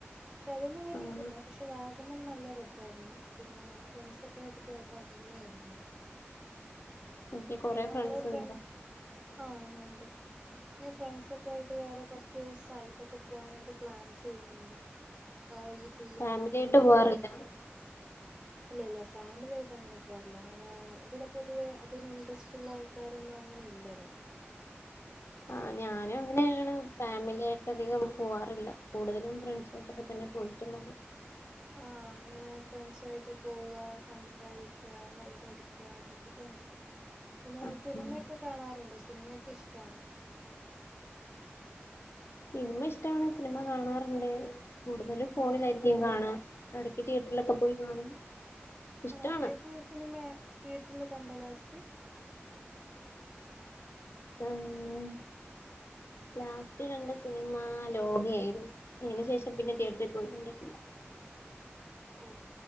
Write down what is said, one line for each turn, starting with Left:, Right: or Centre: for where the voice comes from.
Right: പക്ഷേ അതൊന്നും വലിയ
Left: ആഹ്
Right: ഇതില്ല പക്ഷേ വാഗ് ഗമൺ നല്ല രസായിരുന്നു പിന്നെ ഫ്രണ്ട്സൊക്കെ ആയിട്ട് പോയപ്പോ അടിപൊളിയായിരുന്നവിടെ
Left: എനിക്ക് കൊറെ
Right: പിന്നെ നമ്മള്
Left: ഫ്രണ്ട്സ്
Right: ഫ്രൻ
Left: ഉണ്ട്
Right: ആഹ് <unintelligible> ഇനി ഫ്രണ്ട്സൊക്കെ ആയിട്ട് വേറെ കൊറച്ച് സ്ഥലത്തൊക്കെ പോവാൻ വേണ്ടി പ്ലാൻ ചെയ്യുന്നുണ്ട് ആ ഊട്ട് ഊട്ടിയിലോ
Left: ഫാമിലി ആയിട്ട്
Right: എവിടേലൊക്കെ
Left: പോവാറില്ല
Right: ഇല്ല ഇല്ല ഫാമിലിയായിട്ട് അങ്ങനെ പോവാറില്ല അങ്ങനെ ഇവിടെ പൊതുവേ അതിന് ഇൻ്ററെസ്റ്റ് ഉള്ള ആൾക്കാരൊന്നും അങ്ങനെ ഇല്ല ഇവിട്
Left: ആ ഞാനും അങ്ങനെയാണ് ഫാമിലി ആയിട്ട് അധികം പോവാറില്ല കൂടുതലും ഫ്രെണ്ട്സായിട്ടൊക്കെ തന്നെ പോയിട്ടുള്ളത്
Right: ആ ഇങ്ങനെ ഫ്രണ്ട്സായിട്ട് പോവ്വാ സംസാരിക്കാ വൈബടിക്കാ അതൊക്കെ തന്നെ പിന്നെ
Left: ആഹ്
Right: സിനിമയൊക്കെ കാണാറുണ്ടോ സിനിമയൊക്കെ ഇഷ് <unintelligible>
Left: സിനിമ ഇഷ്ടാണ് സിനിമ കാണാറുണ്ട് കൂടുതലും ഫോണിലായിരിക്കും
Right: ആ
Left: കാണുക എടയ്ക്ക് തിയറ്ററിലൊക്കെ പോയി കാണും ഇഷ്ടാണ്
Right: ആ ഏത് സിനിമേ തിയറ്ററില് കണ്ട ലാസ്റ്റ്
Left: ആ ഉം ലാസ്റ്റ് കണ്ട സിനിമ ലോകായായിരുന്നു അതിനു ശേഷം പിന്നെ തിയറ്ററി പോയി കണ്ടിട്ടില്ല
Right: ഓ